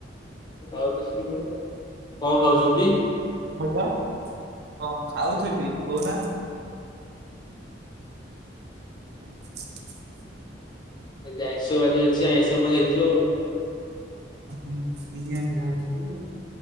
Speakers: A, on the left; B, on the right.
A: କଣ ଖାଉଛନ୍ତି?
B: କଣ କହିଲ ହଁ ଖାଉଥିବି କହୁନ? <inaudible>
A: ଆଜି ଆଇଁଷ ବାରି ଅଛି ଆଇଁଷ ହେଇଥିବ ଆଉ।
B: ହୁଁ ବିରିୟାନୀ ଖାଉଥିଲୁ ଆଉ।